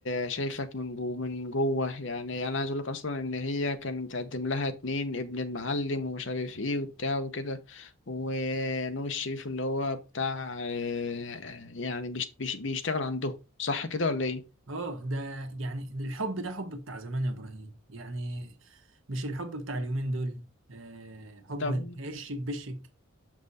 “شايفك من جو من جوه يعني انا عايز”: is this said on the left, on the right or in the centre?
Left